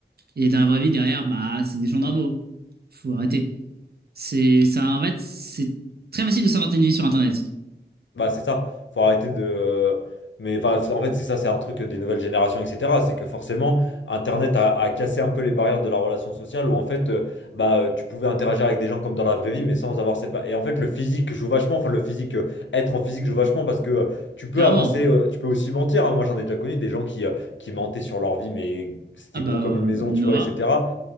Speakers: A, on the right; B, on the left.
A: Et dans la vraie vie, derrière, bah, c'est des gens normaux. Faut arrêter. C'est ça, en fait, c'est très facile de s'inventer une vie sur Internet.
B: Bah, c'est ça, faut arrêter de. Mais enfin, c'est- en fait, c'est ça, c'est un truc des nouvelles générations, etc. C'est que forcément, Internet a, a cassé un peu les barrières de la relation sociale où en fait, euh, bah, euh, tu pouvais interagir avec des gens comme dans la vraie vie, mais sans avoir cette. ba- Et en fait, le physique joue vachement, enfin, le physique, euh, être en physique joue vachement parce que euh, tu peux
A: Clairement.
B: avancer, euh, tu peux aussi mentir. hein. Moi, j'en ai déjà connu des gens qui, euh, qui mentaient sur leur vie, mais c'était
A: Ah bah,
B: gros comme
A: euh,
B: une maison,
A: Noah.
B: tu vois, etc.